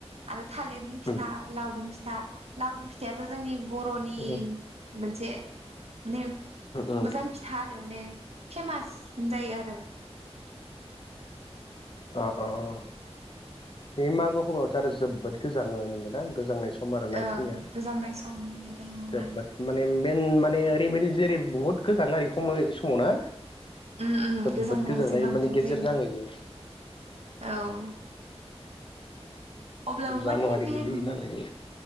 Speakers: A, on the right; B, on the left.
A: आरो थालिरनि फिथा
B: उम
A: लावदुम फिथा लावदुम फिथायाथ जोंनि बरनि
B: उम
A: मोनसे माने
B: उम
A: मोजां फिथा आरो माने फेमास होनजायो आरो।
B: अ अ अ बे मागो खमायावथ आरो जोबोद गोजाङो नंगोना दा गोजांनाय स सम आरोना
A: ओं
B: इखिनिया
A: गोजांनाय समनि टाइमावहाय
B: जोबोद माने बेन माने ओरैबायदि जेरै बुहुत गोजां आरो इखमय इसमाव ना
A: उम उम
B: जोबोद
A: गोजांनाया
B: गोजांनाय
A: एसे बांद्राय
B: माने गेजेर
A: जायो
B: नांहैयो
A: औ अब्लाबो
B: जानुवारि
A: माने बे
B: गोलैयो
A: ओम
B: नालाय